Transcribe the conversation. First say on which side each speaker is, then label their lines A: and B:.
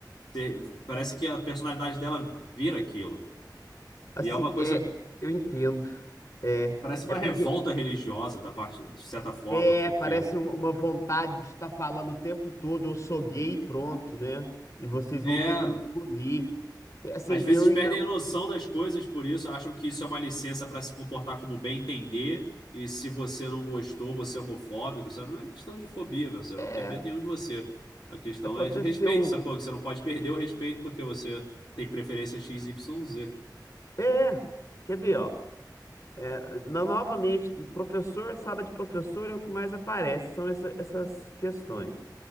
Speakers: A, on the left (about 75°); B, on the left (about 45°).
A: Te- Parece que a personalidade dela vira aquilo.
B: Assim,
A: E é uma coisa,
B: é, eu entendo. É,
A: parece uma
B: é porque
A: revolta religiosa da parte, de certa forma,
B: é,
A: porque
B: parece uma uma vontade de estar falando o tempo todo, eu sou gay e pronto, né? E vocês
A: é,
B: vão ter que me engolir. É, assim,
A: às vezes
B: eu,
A: perdem
B: eu-
A: a noção das coisas por isso, acham que isso é uma licença para se comportar como bem entender, e se você não gostou, você é homofóbico, sabe? Não é questão de fobia, meu, você
B: é,
A: não tem medo nenhum de você. A questão
B: aconteceu.
A: é de respeito, sacou? Que você não pode perder o respeito porque você tem preferência XYZ.
B: É, quer ver, ó? É, na- novamente, no professor, sala de professor é o que mais aparece, são essa- essas questões.